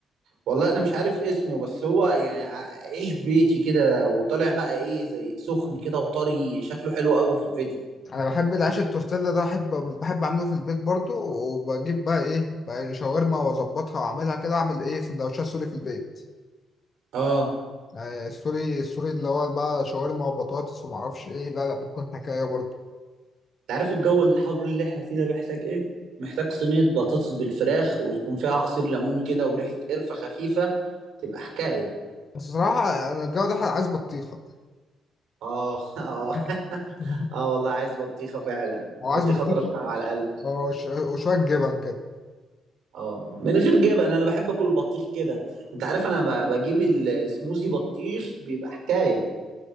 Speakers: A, on the right; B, on the left.
A: والله انا مش عارف اسمه بس هو يعني ع- عيش بيتي كده وطالع بقى ايه زي سخن كده وطري شكله حلو قوي في الفيديو
B: انا بحب العيش التورتيلا ده احب بحب اعمله في البيت برضو وبجيب بقى ايه بقى شاورما واظبطها واعملها كده اعمل ايه سندوتشات سوري في البيت
A: اه
B: يعني السوري السوري اللي هو بقى شاورما وبطاطس ومعرفش ايه لا لا بتكون حكايه برضو
A: انت عارف الجو الحر اللي احنا فيه ده محتاج ايه محتاج صينيه بطاطس بالفراخ ويكون فيها عصير ليمون كده وريحه قرفه خفيفه تبقى حكايه
B: بس صراحه انا الجو ده عايز بطيخه
A: اه <laughs>
B: <laughs>
A: اه والله عايز بطيخه فعلا
B: او
A: البطيخه
B: عايز بطيخه
A: ترطب على القلب
B: اه وش- وشويه جبن كده
A: اه من غير جبن انا بحب اكل البطيخ كده انت عارف انا ب- بجيب السموزي بطيخ بيبقى حكايه